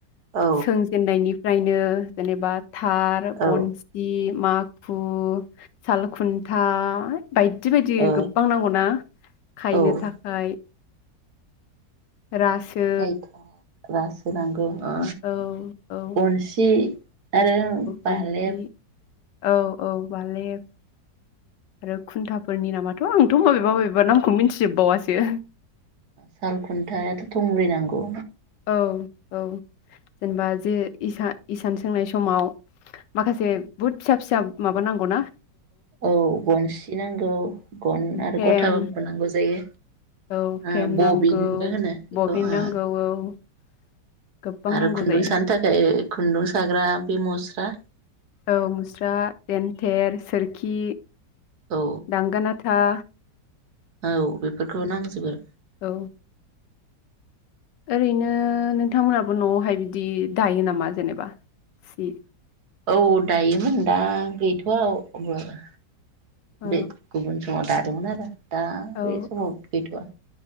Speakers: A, on the right; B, on the left.
A: औ
B: सोंजेननायनिफ्रायनो जेनेबा थार,
A: औ
B: गनसि माखु सालखुन्था बायदि-बायदि
A: ओ
B: गोबां नांगौना खायनो
A: औ
B: था खाय। रासो
A: खायथा रासो नांगौ ओ
B: औ-औ-औ
A: गनसि आरो बालेब
B: गन्सि औ-औ बालेब आरो खुन्थाफोरनि नामाथ आंथ मबेबा-मबेबा नामखौ मिथिजोबबावासो
A: साल खुन्थायाथ थंब्रै नांगौ
B: औ-औ जेनेबा जे इसा-इसान सोंनाय समाव माखासे बुहुद फिसा-फिसा माबा नांगौ ना
A: औ गनसि नांगौ गन आरो
B: फ्रेम
A: गथाबबो नांगौ जायो
B: औ फ्रेम
A: ओ बबिनबो
B: नांगौ
A: होनो बेखौ
B: बबिन नांगौ
A: ओ
B: <inaudible> गोबां
A: आरो
B: नांगौ
A: खुन्दुं
B: जायो
A: सानो थाखाय खुन्दुं साग्रा बे मुस्रा
B: औ मुस्रा देन थेर सोरखि
A: औ
B: दांगोनाथा
A: औ बेफोरखौ नांजोबो
B: औ ओरैनो नोंथांमोनहाबो नआवहाय बिदि दायो नामा जेनेबा सि
A: औ दायोमोन दा गैथवा अब्लाबो।
B: औ
A: बे <unintelligible> नवाव दादोंमोन आरो। दा
B: औ
A: बेसममाव
B: औ
A: गैथआ।